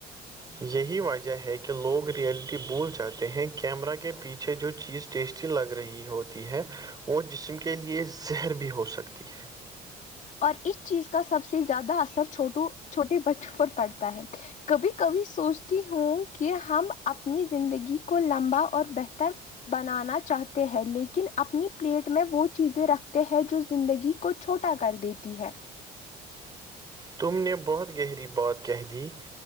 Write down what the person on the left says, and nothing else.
اور اس چیز کا سب سے زیادہ اثر چھوٹو چھوٹے بچوں پر پڑتا ہے کبھی کبھی سوچتی ہوں کہ ہم اپنی زندگی کو لمبا اور بہتر بنانا چاہتے ہیں لیکن اپنی پلیٹ میں وہ چیزیں رکھتے ہیں جو زندگی کو چھوٹا کر دیتی ہے